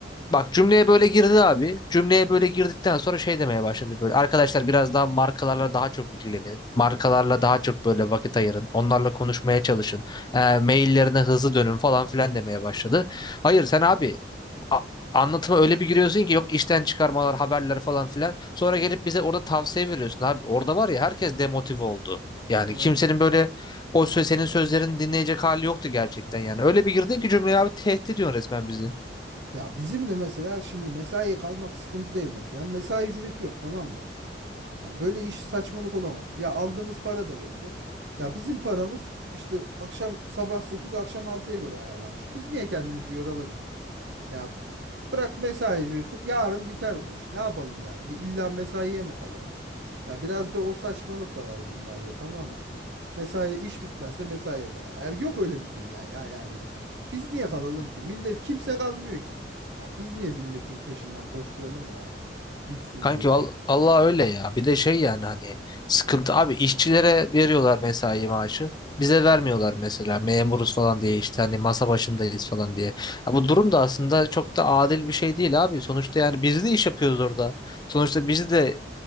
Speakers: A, on the left; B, on the right.
A: Bak cümleye böyle girdi abi. Cümleye böyle girdikten sonra şey demeye başladı böyle. Arkadaşlar biraz daha markalarla daha çok ilgilenin. Markalarla daha çok böyle vakit ayırın. Onlarla konuşmaya çalışın. E, maillerine hızlı dönün falan filan demeye başladı. Hayır sen abi a- anlatıma öyle bir giriyorsun ki yok işten çıkarmalar, haberler falan filan. Sonra gelip bize orada tavsiye veriyorsun abi. Orada var ya herkes demotive oldu. Yani
B: Ya.
A: kimsenin böyle o söz, senin sözlerini dinleyecek hali yoktu gerçekten yani. Öyle bir girdin ki cümleye abi tehdit ediyorsun resmen bizi.
B: Ya bizim de mesela şimdi mesaiye kalmak sıkıntı değil mesela. Mesai ücreti yok tamam mı? Yani böyle iş saçmalık olamaz. Ya aldığımız para da belli. Ya bizim paramız işte akşam sabah 8, akşam altıya göre ayarlanmış. Biz niye kendimizi yoralım ki? Ya bırak mesai üretip yarın biter bu iş. Ne yapalım ya? Bir İlla mesaiye mi kalalım? Ya biraz da o saçmalık da var bunlarda tamam mı? Mesai iş bitmezse mesaiye kalar. Ya yok öyle bir dünya ya yani. Biz niye kalalım ki? Millet kimse kalmıyor ki. Ya biz niye milletin peşinden koşturalım ya? Bitsin
A: Kanki
B: diye
A: val
B: iş.
A: Allah öyle ya. Bir de şey yani hani sıkıntı abi işçilere veriyorlar mesai maaşı. Bize vermiyorlar mesela memuruz falan diye işte hani masa başındayız falan diye. Ya bu durum da aslında çok da adil bir şey değil abi. Sonuçta yani biz de iş yapıyoruz orada. Sonuçta biz de